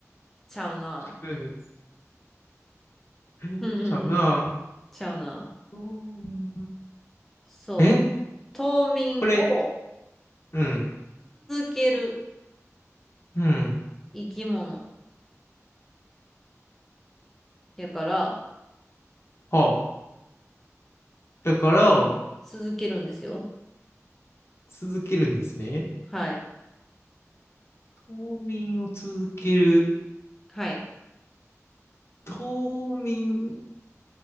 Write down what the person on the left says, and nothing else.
植物 <laughs>
ちゃうな。
とう
え
これ、うん、
うん。
はあ。だから、
続けるんですね。
冬眠を続ける。
冬眠、